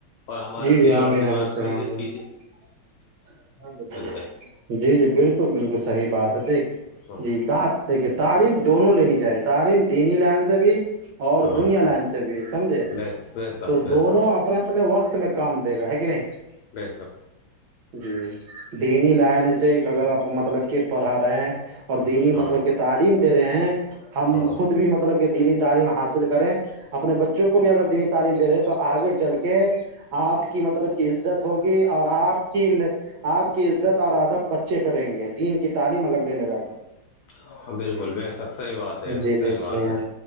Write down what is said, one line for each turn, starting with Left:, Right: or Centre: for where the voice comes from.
Left: اور ہمارے
Right: جی جی
Left: دل
Right: ہاں
Left: اور
Right: میرا
Left: دماغ میں یہ چیز
Right: <unintelligible>
Left: دے ہاں ہاں ہاں بس بے شک بے
Right: دونوں
Left: شک
Right: اپنے اپنے وقت میں کام دے گا ہے کہ نہیں
Left: بے شک
Right: <unintelligible> دینی لائن سے اگر آپ مطلب کہ پڑھا رہے ہیں اور دینی
Left: ہاں
Right: مطلب کہ تعلیم دے رہے ہیں ہم
Left: ہاں
Right: خود بھی مطلب کہ دینی تعلیم حاصل کریں اپنے بچوں کو بھی اگر دینی تعلیم دے رہے تو آگے چل کے آپ کی مطلب کی عزت ہوگی اور آپ کی آپ کی عزت اور ادب بچے کریں گے دین کی تعلیم اگر لے لے گا تو
Left: ہاں بالکل بے شک صحیح بات ہے
Right: جی جی
Left: بات
Right: صحیح ہے